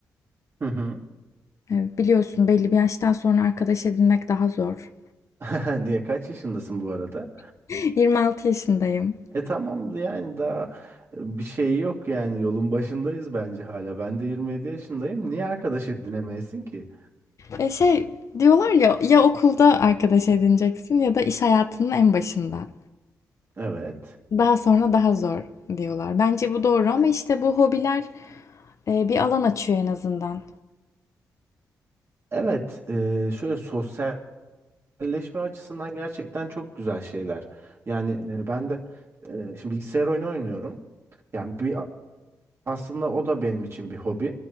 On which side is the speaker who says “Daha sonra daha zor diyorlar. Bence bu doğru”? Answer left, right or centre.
Left